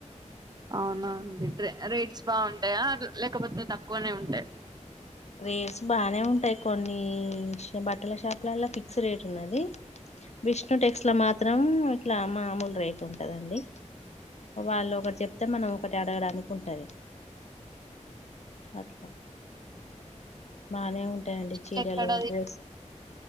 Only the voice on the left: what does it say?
రేట్స్ బానే ఉంటాయ్ కొన్ని ష్ బట్టల షాపులల్ల ఫిక్స్ రేట్ ఉన్నది విష్ణు టెక్స్ట్ ల మాత్రం ఇట్లా మామూలు రేట్ ఉంటదండి వాళ్ళు ఒకటి చెప్తే మనం ఒకటి అడగడానికి ఉంటది అట్ల బానే ఉంటాయండి
చీరలు డ్రెస్